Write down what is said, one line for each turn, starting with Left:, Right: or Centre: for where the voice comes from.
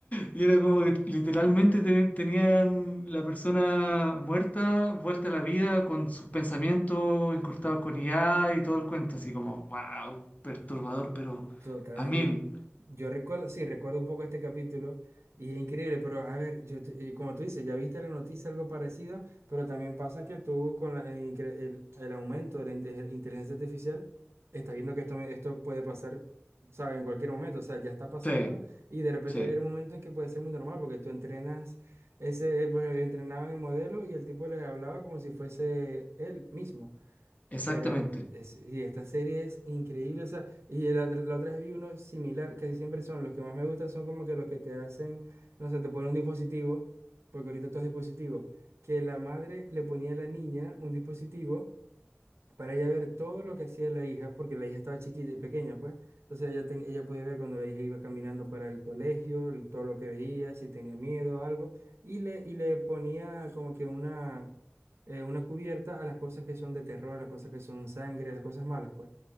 Left: Y era como que literalmente te- tenían la persona muerta, vuelta a la vida, con sus pensamientos incrustados con IA y todo el cuento, así como, wow, perturbador, pero
Right: Totalmente.
Left: a mil.
Right: Yo recuerdo, sí, recuerdo un poco este capítulo y es increíble, pero a ver, yo, te- eh, como tú dices, ya viste la noticia, algo parecido, pero también pasa que tú con la- eh, incre- el, el aumento de la inte- inteligencia artificial, estás viendo que esto, esto puede pasar, ¿sabes? En cualquier momento, o sea, ya está pasando
Left: Sí,
Right: y de repente
Left: sí,
Right: va a llegar un momento en que puede ser muy normal porque tú entrenas, ese, eh, pues, entrenaban el modelo y el tipo les hablaba como si fuese él mismo.
Left: exactamente,
Right: Pero es- y esta serie es increíble, o sea, y la, la otra vez vi uno similar, casi siempre son los que más me gustan, son como que los que te hacen, no sé, te ponen un dispositivo, porque ahorita todo es dispositivo, que la madre le ponía a la niña un dispositivo para ella ver todo lo que hacía la hija, porque la hija estaba chiquita y pequeña, pues. Entonces ella, ten- ella podía ver cuando la hija iba caminando para el colegio, el- todo lo que veía, si tenía miedo o algo, y le, y le ponía como que una, eh, una cubierta a las cosas que son de terror, las cosas que son sangre, las cosas malas, pues.